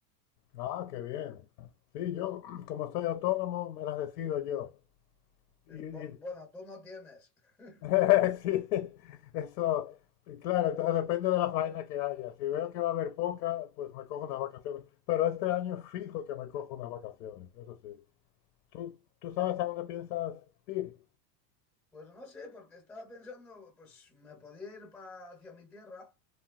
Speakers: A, on the left; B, in the centre.
A: Ah, qué bien. Sí, yo, <clears throat> como soy autónomo, me las decido yo. Y,
B: Sí, bu-
A: y-
B: Bueno, tú no tienes. <laughs>
A: <laughs> Sí, eso... Claro, entonces depende de la faena que haya. Si veo que va a haber poca, pues me cojo
B: Mm.
A: unas vacaciones. Pero este año fijo que me cojo unas vacaciones, eso sí. ¿Tú, tú sabes a dónde piensas ir?
B: Pues no sé, porque estaba pensando, pues me podía ir pa- hacia mi tierra